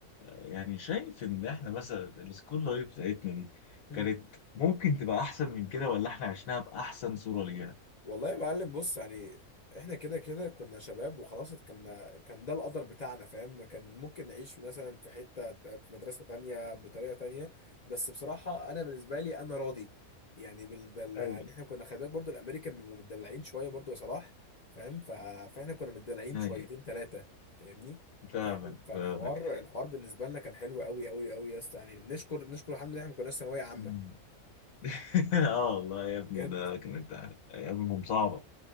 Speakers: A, on the left; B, on the left.
A: يعني شايف ان احنا مثلا السكول لايف بتاعتنا دي
B: <laughs>
A: كانت ممكن تبقى احسن من كده ولا احنا عشناها باحسن صورة ليها؟
B: والله يا معلم بص يعني احنا كده كده كنا شباب وخلاص كنا كان ده القدر بتاعنا فاهم كان ممكن نعيش مثلا في حتة ت- في مدرسة تانية بطريقة تانية بس بصراحة انا بالنسبة لي انا راضي يعني بال بال
A: ايوه
B: يعني احنا كنا خلي بالك برضو الامريكان بيبقوا متدلعين شوية برضو يا صلاح فاهم ف... فاحنا كنا متدلعين
A: ايوه
B: شويتين ثلاثة فاهمني
A: فاهمك
B: فاهم فالحوار
A: فاهمك
B: الحوار بالنسبة لنا كان حلو قوي قوي قوي يا اسطى يعني نشكر نشكر الحمد لله احنا ما كناش ثانوية عامة
A: مم. <laughs> اه والله يا ابني
B: بجد
A: ده كانت ايامهم صعبة